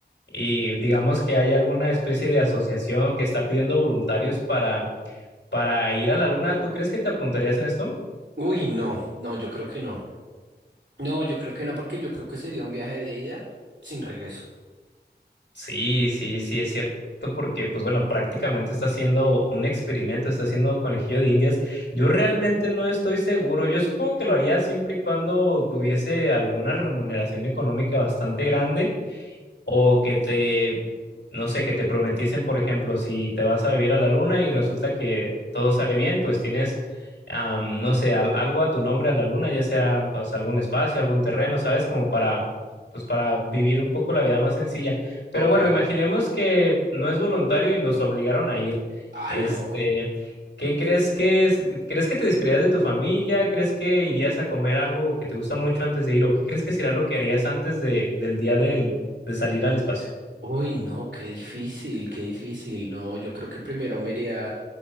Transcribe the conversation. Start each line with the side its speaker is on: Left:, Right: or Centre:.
Left: y digamos que hay alguna especie de asociación que está pidiendo voluntarios para Para ir a la luna, ¿tú crees que te apuntarías en esto?
Right: Uy, no, no, yo creo que no. No, yo creo que no, porque yo creo que sería un viaje de ida sin regreso.
Left: Sí, sí, sí, es cierto, porque pues bueno, prácticamente está haciendo un experimento, está haciendo conejillo de indias. Yo realmente no estoy seguro, yo supongo que lo haría siempre y cuando tuviese alguna remuneración económica bastante grande O que te, no sé, que te prometiesen, por ejemplo, si te vas a vivir a la luna y resulta que todo sale bien, pues tienes, am, no sé, al- algo a tu nombre a la luna, ya sea, o sea, algún espacio, algún terreno, ¿sabes? Como para, pues para vivir un poco la vida más sencilla. Pero
Right: Ok.
Left: bueno, imaginemos que no es voluntario y nos obligaron a ir.
Right: Ah,
Left: Este,
Right: no.
Left: ¿qué crees que es? ¿Crees que te despedirías de tu familia? ¿Crees que irías a comer algo que te gusta mucho antes de ir? ¿O qué crees que será lo que harías antes de, del día del, de salir al espacio.
Right: Uy, no, qué difícil, qué difícil. No, yo creo que primero me iría.